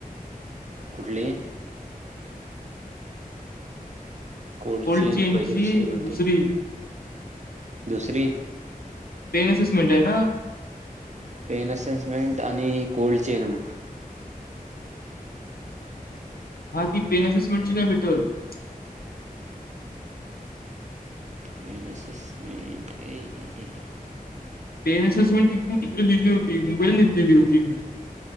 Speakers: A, on the right; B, on the left.
A: कुठली? कोल्ड चेन
B: चेनची
A: पहिले दुसरे कोणते?
B: दुसरी
A: दुसरी?
B: पेनसेसमेंट आहे ना?
A: पेन अससमेंट आणि कोल्ड चेन
B: हा ती पेन असेसमेंटची नाही भेटत.
A: पेन असेसमेंट ए ए ए ए.
B: पेन अससमेंट टिकून तिकडं लिहिली नाही होती मोबाईल लिहिले होते मी.